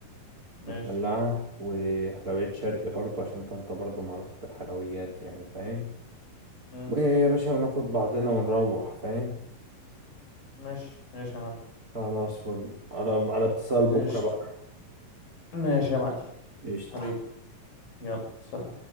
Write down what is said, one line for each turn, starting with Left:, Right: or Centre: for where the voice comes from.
Left: ماشي
Right: مدلعة وحلويات شرق برضه عشان انت برضه معروفة بالحلويات يعني فاهم
Left: مم.
Right: ويا باشا وناخد بعضنا ونروح فاهم
Left: ماشي ماشي يا معلم
Right: خلاص فل على على اتصال بكرة
Left: ماشي
Right: بقى
Left: ماشي يا معلم
Right: قشطة
Left: حبيب يلا سلام